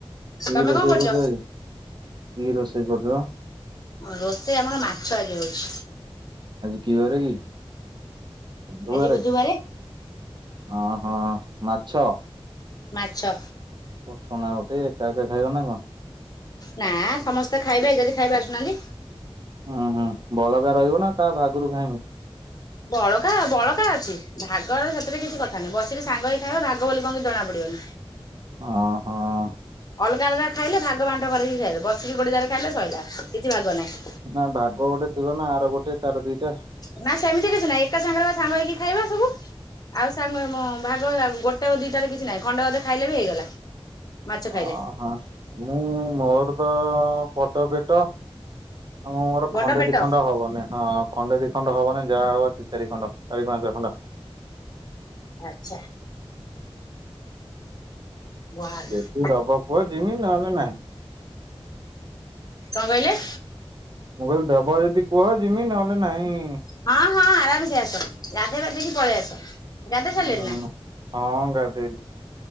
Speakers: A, on the right; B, on the left.
A: କି
B: ତମେ
A: ରୋଷେଇ
B: କଣ କରୁଛ
A: କରୁଚ କି? କି ରୋଷେଇ କରୁଚ?
B: ରୋଷେଇ ଆମର ମାଛ ଆଜି ହଉଚି।
A: ଆଜି କି ବାରେ କି? ବୁଧୁବାରେ।
B: ଆଜି ବୁଧବାରେ।
A: ଅ ହଁ ମାଛ।
B: ମାଛ।
A: ପଠାଉନା ଗୋଟେ ଏକା ଏକା ଖାଇବ ନା କଣ।
B: ନା ସମସ୍ତେ ଖାଇବେ ଯଦି ଖାଇବେ ଆସୁନାହାନ୍ତି।
A: ହୁଁ ହୁଁ। ବଳକା ରହିବ ନା କାହା ଭାଗରୁ ଖାଇଁମି?
B: ବଳକା ବଳକା ଅଛି। ଭାଗର ସେଥିରେ କିଛି କ କଥା ନାହିଁ। ବସିକି ସାଙ୍ଗ ହେଇକି ଖାଇବ ଭାଗ ବୋଲି କିଛି ଜଣା ପଡିବନି।
A: ଅ ହଁ।
B: ଅଲଗା ଅଲଗା ଖାଇଲେ ଭାଗ ବାଣ୍ଟ କରିକି ଖାଇବ। ବସିକି ଗୋଟେ ଯାଗାରେ ଖାଇଲେ ସଇଲା କିଛି ଭାଗ ନାହିଁ।
A: ନା ଭାଗ ଗୋଟେ ଥିବ ନା ଆର ଗୋଟେ ତାର ଦିଟା।
B: ନା ସେମିତି କିଛି ନାହିଁ। ଏକା ସାଙ୍ଗରେ ବା ସାଙ୍ଗ ହେଇକି ଖାଇବା ସବୁ ଆଉ ସାଙ୍ଗ ମୋ ଭାଗ ଆଉ ଗୋଟେ ଓ ଦିଟାରେ କିଛି ନାହିଁ। ଖଣ୍ଡ ଅଧେ ଖାଇଲେ ବି ହେଇଗଲା। ମାଛ ଖାଇଲେ।
A: ଅ ହଁ। ମୁଁ ମୋର ତ ବଡ ପେଟ। ଆମ ମୋର
B: ବଡ
A: ଖଣ୍ଡେ
B: ପେଟ
A: ଦି ଖଣ୍ଡେ ହବନି ହଁ। ଖଣ୍ଡେ ଦି ଖଣ୍ଡ ହବନି। ଯାହା ହବ ଦି ଚାରି ଖଣ୍ଡ ଚାରି ପାଞ୍ଚ ଖଣ୍ଡ।
B: ଆଚ୍ଛା। କଣ
A: ଯେଦି ଦବ କୁହ ଯିମି ନହେଲେ ନାହିଁ।
B: କଂ କହିଲେ।
A: ମୁଁ କହିଲି ଦେବ ଯଦି କୁହ ଯିମି ନହେଲେ ନାହିଁ।
B: ହଁ ହଁ ଆରାମସେ ଆସ ଗାଧେଇ ପାଧେଇକି ପଳେଇ ଆସ। ଗାଧେଇ ସାରିଲେଣି
A: ହଁ
B: ନା
A: ହଁ ଗାଧେଇଲି